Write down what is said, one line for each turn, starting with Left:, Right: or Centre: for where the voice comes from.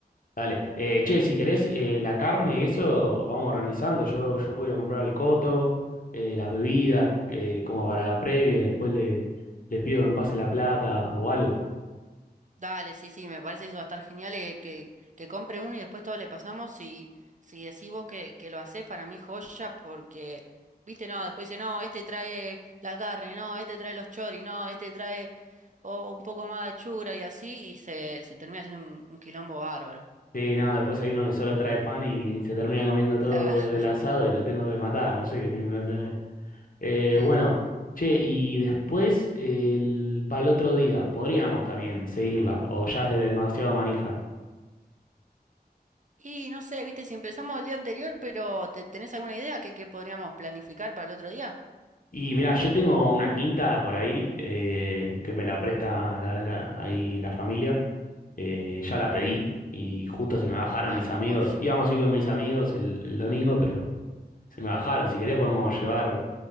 Left: Dale. Eh, che, si querés, eh, la carne y eso, vamos organizando. Yo, yo puedo ir a comprar el coto, eh, las bebidas, eh, como para la previa, y después le- les pido que me pase la plata o algo.
Right: Dale, sí, sí, me parece que eso va a estar genial eh, que, que compre uno y después todo le pasamos y si decís vos que, que lo hacés para mí joya porque, viste, no, después dice, no, este trae la carne, no, este trae los choris, no, este trae o un poco más de achura y así y se, se termina haciendo un, un quilombo bárbaro. <laughs>
Left: Sí, no, después hay uno que solo trae pan y se termina comiendo todo
Right: Claro.
Left: el asado y lo tengo que matar, no sé qué tengo que hacer ahí. Eh,
Right: Sí,
Left: bueno,
Right: sí.
Left: che, y después para el otro día, podríamos también seguirla, o ya es demasiado manija.
Right: Y no sé, viste, si empezamos el día anterior, pero ¿te, tenés alguna idea que, que podríamos planificar para el otro día?
Left: Y mira, yo tengo una quinta por ahí, eh, que me la presta la, la- ahí la familia, eh, ya la pedí y justo se me bajaron
Right: Ah,
Left: mis amigos,
Right: joya.
Left: íbamos a ir con mis amigos el, el domingo, pero se me bajaron, si querés podemos llevar...